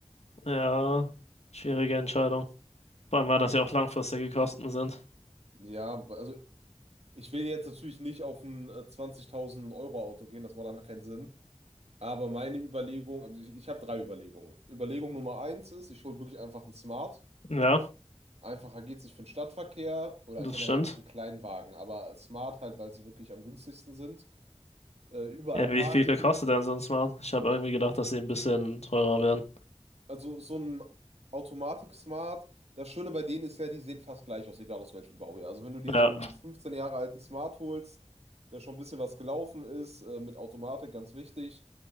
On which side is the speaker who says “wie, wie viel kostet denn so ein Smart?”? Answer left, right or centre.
Left